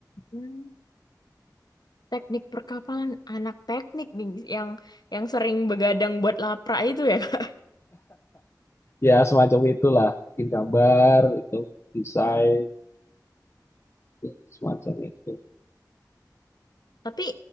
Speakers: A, on the left; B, on the left.
A: Hmm, Teknik perkapalan anak teknik nih yang yang sering begadang buat lapra itu ya, Kak.
B: Ya, semacam itulah. Bikin gambar, itu desain, ya, semacam itu.
A: Tapi